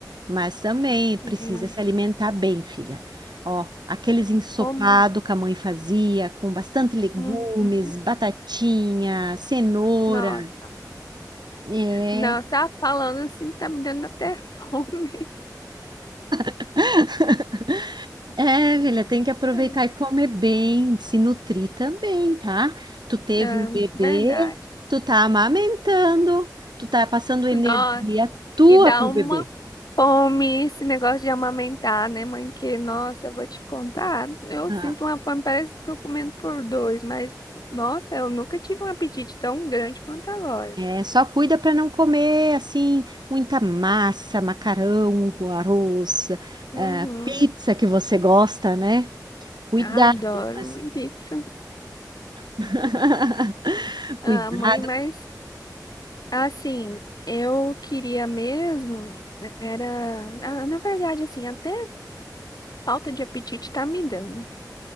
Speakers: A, on the right; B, on the left.
A: Mas também precisa
B: Sim, mãe.
A: se alimentar bem, filha. Ó, aqueles ensopado
B: Ô, mãe.
A: que a mãe fazia, com bastante legumes,
B: Uhum.
A: batatinha, cenoura.
B: Nossa.
A: É.
B: nossa ah, falando assim, tá me dando até fome.
A: <laughs> É, filha, tem que aproveitar
B: <laughs>
A: e comer bem, se nutrir também, tá? Tu teve
B: É,
A: um bebê,
B: verdade.
A: tu tá amamentando, tu tá passando energia
B: Nossa,
A: tua
B: e dá
A: pro
B: uma
A: bebê.
B: fome esse negócio de amamentar, né, mãe? Que, nossa, eu vou te contar. Eu
A: Ah,
B: sinto uma fome, parece que tô comendo por dois, mas, nossa, eu nunca tive um apetite tão grande quanto agora.
A: é, só cuida para não comer assim muita massa, macarrão, arroz,
B: Uhum.
A: eh, pizza que você gosta, né? Cuidado.
B: Adoro
A: com as-
B: mãe, pizza.
A: <laughs> Cuidado.
B: Ah, mãe, mas Assim, eu queria mesmo, era, ah, na verdade, assim, até falta de apetite tá me dando,